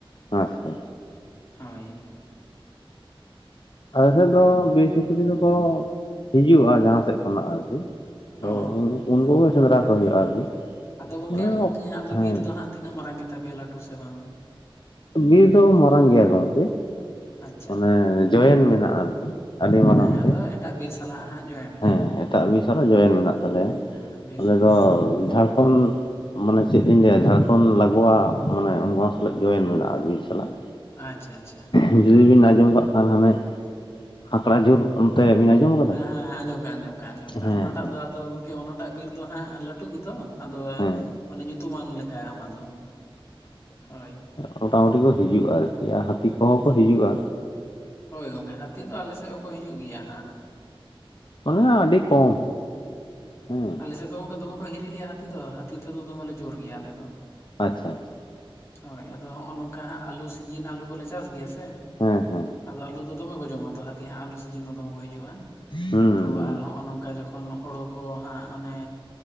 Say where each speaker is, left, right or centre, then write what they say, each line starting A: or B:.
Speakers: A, on the left (about 60°); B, on the left (about 30°).
A: ᱟᱪᱪᱷᱟ
B: ᱦᱳᱭ
A: ᱟᱞᱮ ᱥᱮᱫ ᱫᱚ ᱵᱤᱨ ᱥᱩᱠᱨᱤ ᱫᱚᱠᱚ ᱦᱤᱡᱩᱜ-ᱟ ᱡᱟᱦᱟᱸ ᱥᱮᱫ ᱠᱷᱚᱱᱟᱜ ᱟᱨᱠᱤ ᱟᱫᱚ
B: ᱦᱚᱸ
A: ᱩᱱ ᱩᱱᱠᱩᱜᱮ ᱥᱮᱸᱫᱽᱨᱟ ᱠᱚ ᱦᱩᱭᱩᱜ-ᱟ ᱟᱨᱠᱤ
B: ᱟᱫᱚ ᱜᱚᱝᱠᱮ
A: ᱢᱟᱱᱮ
B: ᱟᱫᱚ
A: ᱦᱮᱸ
B: ᱵᱤᱨ ᱫᱚ ᱦᱟᱸᱜ ᱛᱤᱱᱟᱹᱜ ᱢᱟᱨᱟᱝ ᱜᱮᱛᱟ ᱯᱮᱭᱟ ᱞᱟᱹᱴᱩ ᱥᱮ ᱵᱟᱝ?
A: ᱵᱤᱨ ᱫᱚ ᱢᱟᱨᱟᱝ ᱜᱮᱭᱟ ᱜᱚᱝᱠᱮ
B: ᱟᱪᱪᱷᱟ
A: ᱢᱟᱱᱮ ᱡᱚᱭᱮᱱ ᱢᱮᱱᱟᱜ-ᱟ ᱟᱨᱠᱤ ᱟᱹᱰᱤ ᱢᱟᱨᱟᱝ
B: ᱦᱮᱸ
A: ᱛᱮ
B: ᱟᱫᱚ ᱮᱴᱟᱜ ᱵᱤᱨ ᱥᱟᱞᱟᱜ ᱦᱟᱸᱜ ᱡᱚᱭᱮᱱᱴ ᱜᱮᱭᱟ
A: ᱦᱮᱸ ᱮᱴᱟᱜ ᱵᱤᱨᱥᱞᱟᱜ ᱡᱚᱭᱮᱱ ᱢᱮᱱᱟᱜ ᱛᱟᱞᱮᱭᱟ
B: ᱦᱮᱸ ᱵᱮᱥ
A: ᱟᱞᱮ
B: ᱵᱮᱥ
A: ᱫᱚ ᱡᱷᱟᱲᱠᱷᱚᱸᱰ ᱢᱟᱱᱮ ᱪᱮᱫ ᱞᱤᱧ ᱞᱟᱹᱭᱟ ᱡᱷᱟᱲᱠᱷᱚᱸᱰ ᱞᱟᱜᱚᱣᱟ ᱢᱟᱱᱮ ᱚᱱᱟ ᱥᱟᱞᱟᱜ ᱡᱚᱭᱮᱱ ᱢᱮᱱᱟᱜ-ᱟ ᱵᱤᱨ ᱥᱟᱞᱟᱜ
B: ᱟᱪᱪᱷᱟ ᱟᱪᱪᱷᱟ
A: ᱡᱩᱫᱤ ᱵᱤᱱ ᱟᱸᱡᱚᱢ ᱠᱟᱜ ᱠᱷᱟᱱ ᱦᱟᱱᱮ ᱠᱷᱠᱲᱟ ᱡᱷᱩᱨ ᱚᱱᱛᱮ ᱵᱤᱱ ᱟᱸᱡᱚᱢ ᱠᱟᱫᱟ
B: ᱦᱮᱸ
A: ᱠᱤ
B: ᱦᱮᱸ ᱟᱸᱡᱚᱢ ᱠᱟᱜ ᱟᱸᱡᱚᱢ ᱠᱟᱜ ᱟᱸᱡᱚᱢ
A: ᱦᱮᱸ
B: ᱠᱟᱜ ᱚᱱᱟᱴᱟᱜ
A: ᱦᱮᱸ
B: ᱫᱚ ᱟᱫᱚ ᱜᱚᱝᱠᱮ ᱚᱱᱟᱴᱟᱜ ᱵᱤᱨ ᱫᱚ ᱦᱟᱸᱜ ᱞᱟᱹᱴᱩ ᱜᱮᱫᱚ ᱟᱫᱚ
A: ᱦᱮᱸ
B: ᱢᱟᱱᱮ ᱧᱩᱛᱩᱢᱟᱱ ᱞᱮᱠᱟ ᱚᱱᱟᱫᱚ ᱦᱳᱭ
A: ᱢᱳᱚᱴᱟ ᱢᱩᱴᱤ ᱠᱚ ᱦᱤᱡᱩᱜ-ᱟ ᱟᱨᱠᱤ ᱟᱨ ᱦᱟᱹᱛᱤ ᱠᱚᱦᱚᱸ ᱠᱚ ᱦᱤᱡᱩᱜ-ᱟ
B: ᱦᱳᱭ ᱜᱚᱝᱠᱮ ᱦᱟᱹᱛᱤ ᱫᱚ ᱟᱞᱮ ᱥᱮᱫ ᱦᱚᱸᱠᱚ ᱦᱤᱡᱩᱜ ᱜᱮᱭᱟ ᱦᱟᱸᱜ
A: ᱚᱱᱴᱱᱮ ᱟᱹᱰᱤ ᱠᱚᱢ ᱦᱮᱸ
B: ᱟᱞᱮᱥᱮᱫ ᱫᱚ ᱜᱚᱝᱠᱮ ᱫᱚᱢᱮ ᱠᱚ ᱦᱤᱨᱤ ᱞᱮᱭᱟ ᱦᱟᱹᱛᱤ ᱫᱚ ᱦᱟᱹᱛᱤ ᱛᱮᱫᱚ ᱫᱚᱢᱮᱞᱮ ᱡᱳᱨ ᱜᱮᱭᱟ ᱟᱞᱮᱫ
A: ᱟᱪᱪᱷᱟ ᱟᱪᱪᱷᱟᱮᱜ
B: ᱦᱳᱭ ᱟᱫᱚ ᱦᱚᱸᱜ-ᱚ ᱱᱚᱝᱠᱟ ᱦᱟᱸᱜ ᱟᱹᱞᱩ ᱥᱤᱡᱤᱱ ᱟᱹᱞᱩ ᱠᱚᱞᱮ ᱪᱟᱥ ᱜᱮᱭᱟ ᱥᱮ
A: ᱦᱮᱸ ᱦᱮᱸ
B: ᱟᱫᱚ ᱟᱞᱩ ᱫᱚ ᱫᱚᱢᱮ ᱠᱚ ᱡᱚᱢᱟ ᱛᱚ ᱦᱟᱹᱛᱤ ᱦᱟᱸᱜ ᱟᱞᱩ ᱥᱤᱡᱤᱱ ᱫᱚ ᱫᱚᱢᱮ ᱠᱚ ᱦᱤᱡᱩᱜ-ᱟ
A: ᱦᱩᱸ
B: ᱛᱚ
A: ᱦᱩᱸ
B: ᱟᱨ ᱦᱚᱜᱚ ᱱᱚᱝᱠᱟ ᱡᱚᱠᱷᱚᱱ ᱠᱷᱚᱱ ᱦᱳᱲᱳ ᱠᱚ ᱦᱟᱸᱜ ᱚᱱᱮ